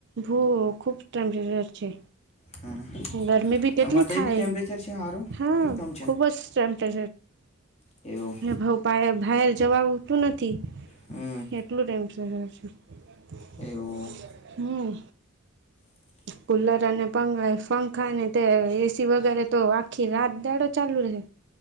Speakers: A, on the right; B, on the left.
A: હ ખુબ ટેમ્પરેચર છે
B: હમ
A: ગરમી ભી કેટલી
B: તમારે તો એ
A: થાય
B: બી ટેમ્પરેચર છે સારું
A: હા
B: કે કમ
A: ખુબ જ શમ છે
B: છે એવું
A: ભઉ પ ભ <unintelligible> જવા આવતું નથી.
B: હમ
A: એટલુ ટાઈમ થઈ ગયો છે. <unintelligible>
B: એવું
A: હમ.
B: <inaudible>
A: કુલર અને પંખા અને તે એસી વગેરે તો આખી રાત દાડો ચાલુ રહે.